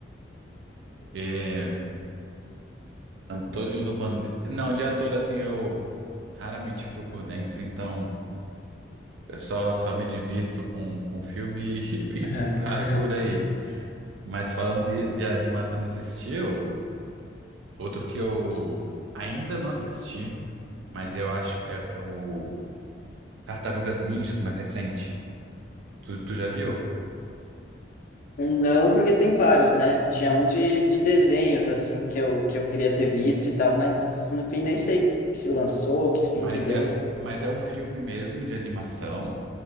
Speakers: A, on the right (about 85°); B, on the left (about 50°).
A: é, Não, o do bande... Não, de ator, assim, eu raramente fico por dentro, então eu só, só me divirto com, com o filme <laughs> e,
B: <laughs>
A: e para por aí. Mas falando de, de animação nesse estilo, outro que eu ainda não assisti, mas eu acho que é, é o Tartarugas Ninjas mais recente. Tu, tu já viu?
B: Não, porque tem vários, né? Tinha um de, de desenhos, assim, que eu, que eu queria ter visto e tal, mas no fim nem sei se lançou, que fim
A: Mas
B: que deu.
A: é, mas é o filme mesmo de animação.